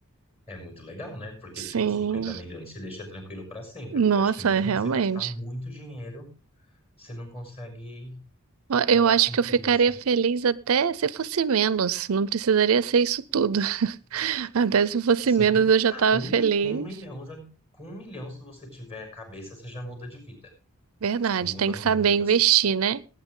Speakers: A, on the left (about 25°); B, on the right (about 70°).
A: É muito legal, né? Porque,
B: Sim.
A: tipo, 50 milhões se deixa tranquilo pra sempre.
B: Nossa,
A: Porque eu acho que mesmo
B: é realmente.
A: que você gastar muito dinheiro, você não consegue
B: Ó,
A: acabar
B: Eu acho
A: com
B: que
A: tudo,
B: eu ficaria
A: assim.
B: feliz até se fosse menos. Não precisaria ser isso tudo. Até se fosse
A: Sim,
B: menos, eu já
A: ah,
B: estava
A: com
B: feliz.
A: um, mi- com um milhão já. Com um milhão, se você tiver a cabeça, você já muda de vida.
B: Verdade,
A: Tipo, muda
B: tem que
A: muito,
B: saber investir,
A: assim.
B: né?